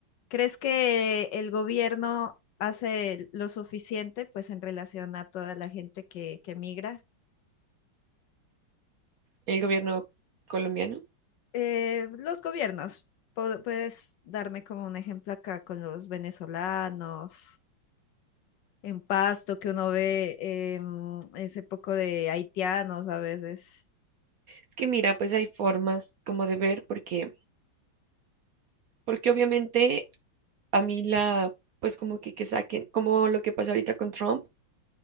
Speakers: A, on the left (about 65°); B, on the right (about 70°).
A: ¿Crees que el gobierno hace lo suficiente, pues, en relación a toda la gente que, que migra?
B: el gobierno colombiano.
A: Eh, los gobiernos, po- puedes darme como un ejemplo acá con los venezolanos, en Pasto, que uno ve em, ese poco de haitianos a veces.
B: Es que mira, pues hay formas como de ver, porque, porque obviamente a mí la, pues como que, que saquen, como lo que pasa ahorita con Trump